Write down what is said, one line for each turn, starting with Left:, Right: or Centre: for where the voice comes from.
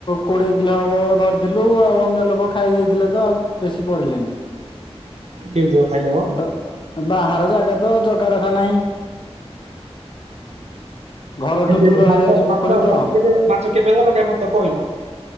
Left: କୋଡିଏ କିଲୋ ହବ ଧରି ଧରିଥିଲୁ ଆଉ ଅନ୍ୟ ଲୋକ ଖାଇ ଦେଇଥିଲେ ତ ଆଉ। ବେଶୀ ବଢିଲେନି
Right: କେମିତି କଣ ଖାଇଲ ମ?
Left: ବା ବାହାର ଜାଗା ତ ଜଗା ରଖା ନାହିଁ। ଘରଠୁ
Right: ଏବେ
Left: ଦୂର
Right: ମାଛ
Left: ହେଇଯାଉଛି ପୋଖରୀ
Right: ମାଛ
Left: ତ।
Right: ମାଛ କେବଳ ମାଛ କେବେ ଧରିଲ କାଇଁ ମତେ ତ କହିିନ।